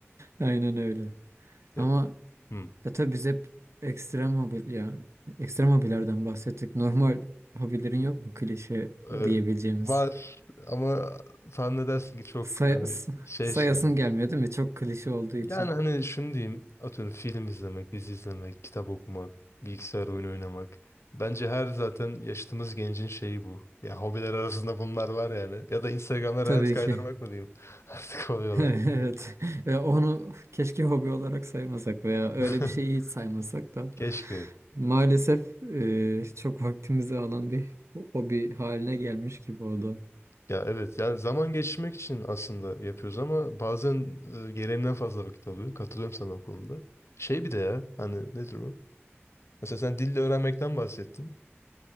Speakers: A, on the right (about 80°); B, on the left (about 75°).
A: Aynen öyle.
B: Ya,
A: Ama
B: hmm.
A: ya tabii biz hep ekstrem hobi ya ekstrem hobilerden bahsettik. Normal hobilerin yok mu klişe
B: Ee,
A: diyebileceğimiz?
B: var ama tahmin edersin ki çok
A: Say
B: hani
A: s-
B: şey
A: sayasım
B: şeyler.
A: gelmiyor değil mi? Çok klişe olduğu için.
B: Yani hani şunu diyeyim. Atıyorum film izlemek, dizi izlemek, kitap okumak, bilgisayar oyunu oynamak. Bence her zaten yaşadığımız gencin şeyi bu. Ya hobiler arasında bunlar var yani. Ya da Instagram'da
A: Tabii
B: reels kaydırmak
A: ki.
B: mı diyeyim? <laughs> Artık hobi olarak.
A: <laughs> Evet. Ve onu keşke hobi olarak saymasak veya öyle
B: <laughs>
A: bir şeyi hiç saymasak da
B: Keşke.
A: maalesef e, çok vaktimizi alan bir hobi haline gelmiş gibi o da.
B: Ya evet yani zaman geçirmek için aslında yapıyoruz ama bazen e, gereğinden fazla vakit alıyor. Katılıyorum sana o konuda. Şey bir de ya hani nedir o? Mesela sen dille öğrenmekten bahsettin.